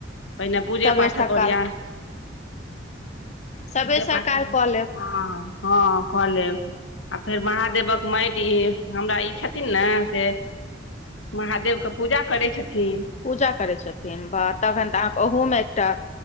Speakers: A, on the left; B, on the left.
A: पहिने पूजे
B: सबेर
A: पाठक
B: सकाल
A: ओरयान
B: सबेर
A: हां-हां
B: सकाल कऽ लेब
A: क लेब। आ फेर महादेवक मैएट ये, हमरा ई छथिन ने से महादेव के पूजा करै छथिन।
B: पूजा करै छथिन बा तखैन तऽ अहाँके उहो मे एकटा